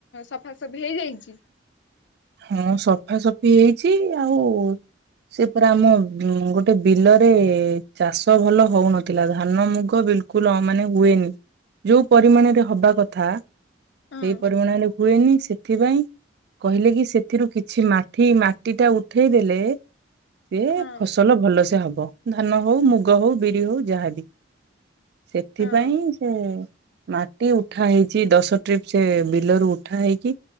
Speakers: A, on the left; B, on the right.
A: ସଫାସଫି ହେଇଯାଇଚି।
B: ହଁ ସଫା ସଫି ହେଇଚି ଆଉ ସେ ପରା ଆମ ଗୋଟେ ବିଲରେ ଚାଷ ଭଲ ହଉନଥିଲା ଧାନ ମୁଗ ବିଲ କୁଲ ଅ ମାନେ ହୁଏନି। ଯୋଉ ପରିମାଣରେ ହବା କଥା ସେଇ
A: ହଁ
B: ପରିମାଣରେ ହୁଏନି ସେଥିପାଇଁ କହିଲେ କି ସେଥିରୁ କିଛି ମାଠି ମାଟି ଟା ଉଠେଇଦେଲେ ସିଏ
A: ହଁ
B: ଫସ ସଲ ଭଲସେ ହବ। ଧାନ ହୋଉ ମୁଗ ହୋଉ ବିରି ହୋଉ ଯାହାବି। ସେଥିପାଇଁ
A: ହଁ
B: ସେ ମାଟି ଉଠା ହେଇଚି ଦଶ ଟ୍ରିପ୍ ସେ ବିଲରୁ ଉଠା ହେଇକି